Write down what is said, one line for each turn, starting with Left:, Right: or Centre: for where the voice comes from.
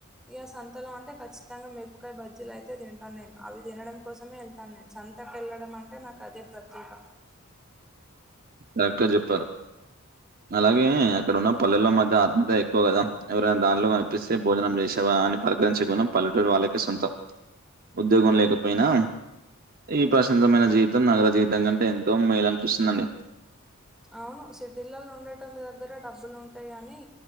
Centre: ఇక సంతల అంటే ఖచ్చితంగా మిరపకాయ్ బజ్జీలు అయితే తింటాను నేను అవి తినడం కోసమే వెళ్తాను నేను సంతకు వెళ్ళడం అంటే నాకు అదే ప్రత్యేక
Right: కరెక్ట్ చెప్పారు అలాగే అక్కడ ఉన్న పల్లెల్లో మధ్య ఆత్మీయత ఎక్కువ కదా ఎవరైనా దానిట్లో కనిపిస్తే భోజనం చేస అని పలకరించకుం పల్లెటూరు వాళ్ళకే సొంతం ఉద్యోగం లేకపోయినా ఈ ప్రశాంతమైన జీవితం నగర జీవితం కంటే ఎంతో మేలనిపిస్తుందండి
Centre: అవును సిటీలలో ఉండేటోలా దగ్గర డబ్బులు ఉంటాయి కాని